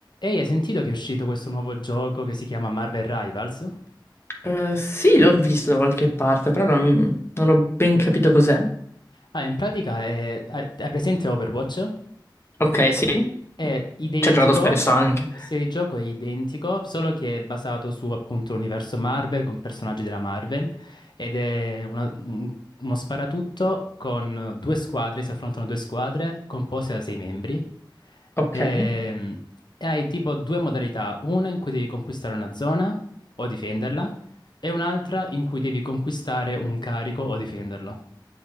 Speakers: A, on the left (about 65°); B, on the left (about 30°).
A: Ehi, hai sentito che è uscito questo nuovo gioco che si chiama Marvel Rivals?
B: Eh, sì, l'ho visto da qualche parte, però non, non ho ben capito cos'è.
A: Ah, in pratica è... Hai hai presente Overwatch?
B: Ok, sì,
A: È identico,
B: ci ho giocato spesso anche.
A: lo stile di gioco è identico, solo che è basato su appunto l'universo Marvel con personaggi della Marvel ed è una- un- uno sparatutto con due squadre, si affrontano due squadre composte da sei membri.
B: Ok,
A: Ehm, E, hai tipo due modalità, una in cui devi conquistare una zona o difenderla e un'altra in cui devi conquistare un carico o difenderlo.